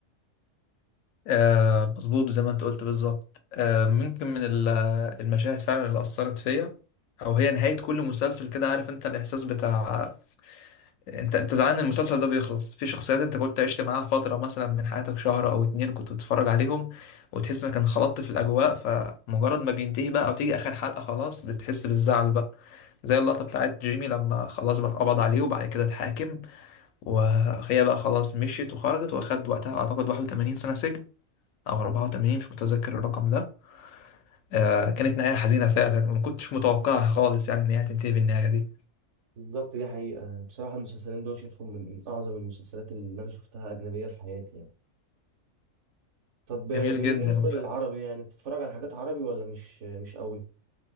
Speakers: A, on the left; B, on the right.
A: آه مظبوط زي ما انت قلت بالظبط آه ممكن من ال- المشاهد فعلا اللي اثرت فيا او هي نهاية كل مسلسل كده عارف انت الاحساس بتاع انت انت زعلان ان المسلسل ده بيخلص في شخصيات انت كنت عشت معاها فترة مثلا من حياتك شهر او اتنين كنت بتتفرج عليهم وتحس انك انخلطت في الاجواء فمجرد ما بينتهي بقى او تيجي اخر حلقة خلاص بتحس بالزعل بقى زي اللقطة بتاعت جيمي لما خلاص بقى اتقبض عليه وبعد كده اتحاكم وهي بقى خلاص مشيت وخرجت واخد وقتها اعتقد 81 سنة سجن او 84 مش متذكر الرقم ده آه كانت نهاية حزينة فعلا وما كنتش متوقعها خالص يعني ان هي هتنتهي بالنهاية دي
B: بالظبط دي حقيقة بصراحة المسلسلين دول شايفهم من أعظم المسلسلات اللي أنا شفتها أجنبية في حياتي يعني طب بالنسبة
A: جميل جدا
B: للعربي يعني بتتفرج على حاجات عربي ولا مش مش قوي؟